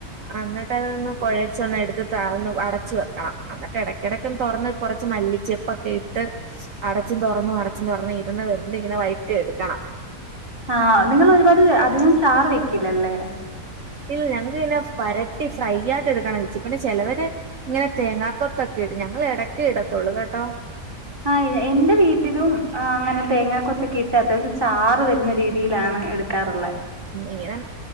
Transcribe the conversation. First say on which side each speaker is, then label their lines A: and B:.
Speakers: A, on the right; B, on the right.
A: ആ എന്നിട് അതൊന്ന് കൊയച്ചൊന്നെട്ത്ത് താ അഒന്ന് അടച്ചു വെക്കണം എന്നിട്ട് ഇടയ്ക്കടക്ക തുറന്ന് കുറച്ച് മല്ലിച്ചെപ്പൊക്കെ ഇട്ട് അടച്ചും തൊറന്നും അടച്ചും തൊറന്നും ഇരുന്ന് വെന്ത് ഇങ്ങനെ വയറ്റി എടുക്കണം
B: ആഹ് നിങ്ങൾ ഒരുപാട് അധികം ചാറ് വെക്കില്ലല്ലേ
A: ഇല്ല ഞങ്ങക്ക് പിന്നെ വരട്ടി ഫ്രൈ ആയിട്ട് ഇടുക്കണം ഇച്ചി പിന്നെ ചെലവര് ഇങ്ങനെ തേങ്ങാക്കൊത്തൊക്കെ ഇടും ഞങ്ങൾ എടക്കെ ഇടത്തുള്ളു കേട്ടോ
B: ആഹ് എന്റെ വീട്ടിലും അങ്ങനെ തേങ്ങക്കൊത്തക്കെ ഇട്ട് അത്യാവശ്യം ചാറ് വരുന്ന രീതിയിലാണ് എടു കർളേ
A: മീനം